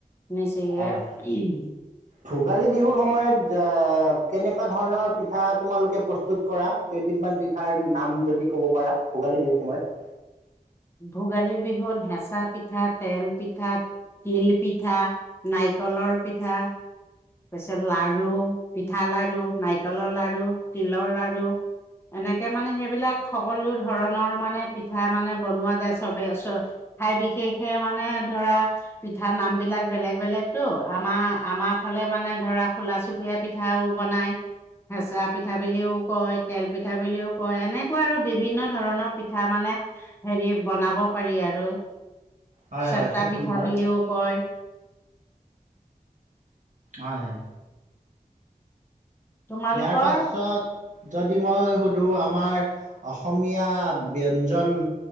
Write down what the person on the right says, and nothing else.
হয় হয়
ভোগালী বিহুৰ সময়ত কেনেকুৱা ধৰণৰ পিঠা তোমালোকে প্ৰস্তুত কৰা। কেইবিধমান পিঠাৰ নাম যদি কব পাৰা ভোগালী বিহুৰ সময়ত।
হয়
হয় খুব
সুন্দৰ
হয় হয়।
ইয়াৰ পাছত। যদি মই সুধো আমাৰ অসমীয়া ব্যঞ্জন